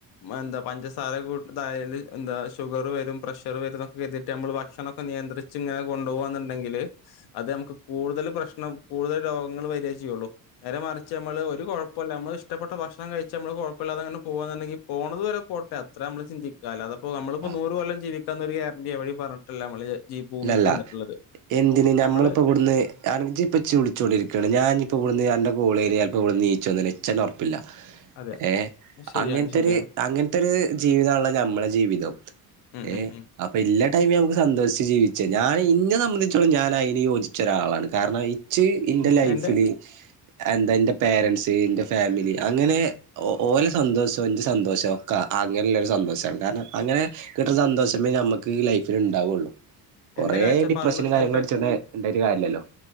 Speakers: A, on the left; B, on the right.
A: മ് എന്താ പഞ്ചസാര കൂ തായെ എന്ത് എന്താ ഷുഗറു വരും പ്രഷറ് വരു ന്നൊക്കെയ്തിട്ട് ഞമ്മള് ഭക്ഷണോക്കെ നിയന്ത്രിച്ച് ഇങ്ങനെകൊണ്ടോവാ ന്നുണ്ടെങ്കില് അത് ഞമ്മക്ക് കൂടുതല് പ്രശ്നം കൂടുതൽ രോഗങ്ങൾ വര്വ ചെയ്യുള്ളൂ നേരെ മറിച്ച് മ്മള് ഒരു കൊഴപ്പല്ല മ്മള് ഇഷ്ടപ്പെട്ട ഭക്ഷ ണം കഴിച്ച് മ്മള് കൊഴപ്പല്ലാതെങ്ങനെ പോകുന്നുണ്ടെങ്കി പോണത് വരെ പോട്ടെ അത്ര മ്മള് ചിന്തിക്കാ അല്ലാതെ ഇപ്പ നമ്മളിപ്പോ
B: ആ
A: നൂറ് കൊല്ലം ജീവിക്കുന്ന ഒരു ഗ്യാരണ്ടി അവര് പറഞ്ഞിട്ടില്ല നമ്മള് ജ ഭൂമിക്ക്
B: ഇല്ലല്ല
A: വന്നിട്ടുള്ളത്
B: എന്തിന് ഞമ്മളിപ്പോവിടുന്ന്
A: നമ്മള്
B: ആണെങ്കി ജി ഇപ്പച്ചി വിളിച്ചോണ്ടിരിക്കയാണ് ഞാനിപ്പവിടുന്ന് അന്റെ കൂളേരിയേൽക്ക് വ്ട്ണീച്ചുവന്നാലെച്ചന്നെ ഒറപ്പില്ല
A: അതെ
B: ഏ
A: ശരിയാണ്
B: അങ്ങനത്തെര്
A: ശരിയാണ്
B: അങ്ങനത്തെര് ജീവിതണല്ലോ ഞമ്മളെ ജീവിതം
A: ഉം
B: ഏ
A: ഉം ഉം
B: അപ്പൊ എല്ലാ ടൈമിലും മ്മുക്ക് സന്തോഷിച്ച് ജീവി ഞാൻ ഇന്നെ സംബന്ധിച്ചോളം ഞാനയിന് യോജിച്ച ഒരാളാളാണ് കാരണം ഇ ജ് ഇന്റെ
A: ഞാ-
B: ലൈഫില്
A: എന്റെ
B: എന്താന്റെ പേരൻറ്സ് ന്റെ ഫാമിലി അങ്ങനെ ഓലെ സന്തോഷം ന്റെ സന്തോഷവാ ക അങ്ങനെള്ളൊരു സന്തോഷാണ് കാരണം അങ്ങനെ കിട്ടുന്ന സന്തോഷമേ ഞമ്മക്ക് ലൈഫില്ണ്ടാവുള്ളു കൊറേ
A: എന്റെ കാഴ്ചപ്പാടിൽ
B: ഡിപ്രഷനും കാര്യങ്ങളും
A: എന്റെ
B: അടിച്ചോണ്ട് ണ്ടായിട്ട് കാര്യല്ലല്ലോ